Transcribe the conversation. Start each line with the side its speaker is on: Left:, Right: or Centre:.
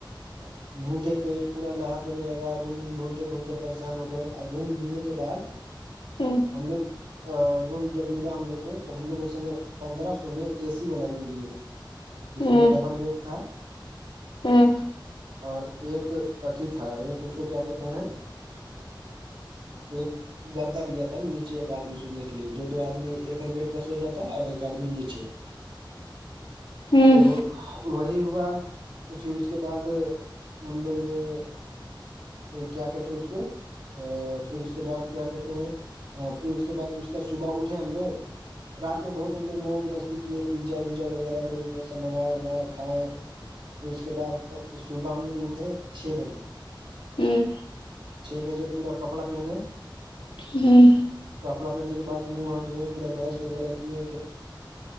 Right: جی بھوکے پیٹ پورا لار دینے لگا روم ڈھونڈتے ڈھونڈتے پریشان ہو گئے اور روم ڈھونڈنے کے بعد <inaudible>
Left: ہوں
Right: ہم لوگ روم جب ملا ہم لوگ کو تو ہم لوگ اس سمے پندرہ سو میں اے سی والا روم لیے تھے جس
Left: ہوں
Right: میں ڈبل بیڈ تھا
Left: ہوں
Right: اور ایک ات تھا ایک اس کو کیا کہتے ہیں ایک گدا دیا تھا نیچے ایک آدمی سوتنے کے لیے دو دو آدمی ایک ایک بیٹ ب سو جاتا اور ایک آدمی نیچے
Left: ہوں
Right: تو وہی ہوا پھر اس کے بعد ہم لوگ یہ کیا کہتا اس کو پھر اس کے بعد کیا کہتے ہیں پھر اس کے بعد اس کا صبح اٹھے ہم لوگ رات میں بہت ہم لوگ موج مستی کیے پیزا وزا وغیرہ ڈومینوز سے منگائے ونگائے کھائےیں پھر اس کے بعد صبح ہم لوگ اٹھے چھ بجے
Left: ہوں
Right: چھ بجے پورا کپڑا پہنے
Left: ہوں
Right: کپڑا پہنے کے بع منہ ہاتھوئے پور برش وغیرہ کیے